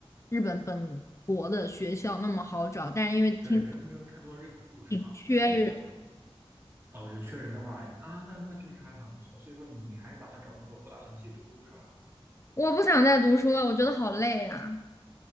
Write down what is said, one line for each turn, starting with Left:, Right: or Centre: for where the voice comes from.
Left: 日本本国的学校那么好找，但是因为听
Right: 对，没有没有太多认可度是吧？
Left: 挺缺人。
Right: 然后哦，有缺人的话啊，那那确实还很不错。所以说你还是打算找工作，不打算继续读书是吗？
Left: 我不想再读书了，我觉得好累呀、